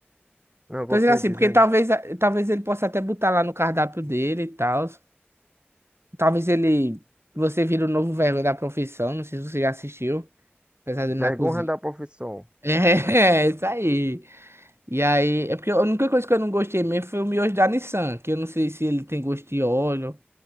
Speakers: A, on the right; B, on the right.
A: não, continue
B: Tô dizendo assim,
A: dizendo.
B: porque talvez, talvez ele possa até botar lá no cardápio dele e tal. Talvez ele. Você vira o novo vergonha da profissão, não sei se você já assistiu, apesar
A: Vergonha
B: dele na cozinha.
A: da
B: <laughs>
A: profissão.
B: É, é isso aí. E aí, é porque a única coisa que eu não gostei mesmo foi o miojo da Nissan, que eu não sei se ele tem gosto de óleo,